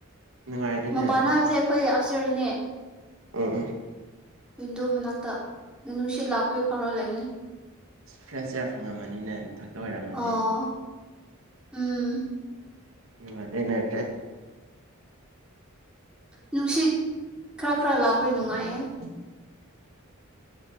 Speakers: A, on the right (about 75°); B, in the centre.
A: ꯅꯨꯡꯉꯥꯏꯔꯦꯅꯦ
B: ꯃꯄꯥꯟꯅ ꯍꯥꯏꯕꯁꯦ ꯑꯩꯈꯣꯏ ꯁꯇꯔꯗꯅꯦ
A: ꯑ ꯑ
B: ꯑꯗꯨ ꯃꯅꯥ ꯅꯨꯡꯁꯤꯠ ꯂꯥꯛꯄꯒꯤ ꯐꯥꯎꯔ ꯂꯩꯕꯅꯦ
A: ꯐ꯭ꯔꯦꯁ ꯏꯌꯥꯔ ꯐꯪꯉꯝꯃꯅꯤꯅꯦ ꯃꯊꯛꯇ ꯑꯣꯏꯔꯝꯃꯅꯤ
B: ꯑꯣ ꯎꯝ
A: ꯅꯨꯡꯉꯥꯏꯅꯦꯍꯦ
B: ꯅꯨꯡꯁꯤꯠ ꯈꯔ ꯈꯔꯥ ꯂꯕ ꯅꯨꯡꯉꯥꯏ
A: ꯎꯝ